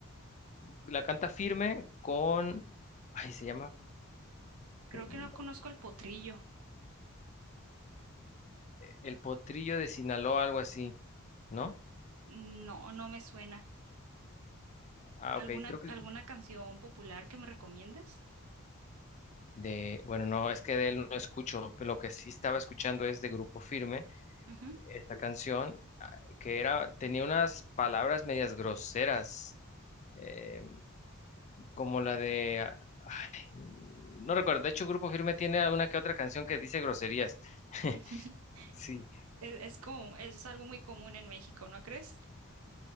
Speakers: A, on the left; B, on the right.
A: la canta firme con, ay, se llama
B: Creo
A: eh,
B: que no conozco al Potrillo.
A: el potrillo de Sinaloa, algo así, ¿no?
B: No, no me suena.
A: Ah,
B: ¿Alguna,
A: ok, creo que
B: alguna canción popular que me recomiendes?
A: de, bueno, no, es que de él no escucho, pero lo que sí estaba escuchando es de Grupo Firme
B: Ujú.
A: esta canción ah, que era, tenía unas palabras medias groseras, eh, como la de, ah, ay, no recuerdo, de hecho Grupo Firme tiene una que otra canción que dice groserías. <laughs>
B: <laughs>
A: Sí,
B: Es, es como, eso es algo muy común en México, ¿no crees?